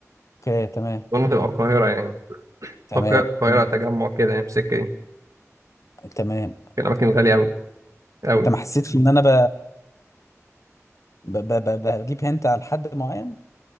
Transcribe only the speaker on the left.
اوكي تمام
تمام
مم.
تمام
انت ما حسيتش ان انا ب... ب... ب... ب... بجيب هنت على حد معين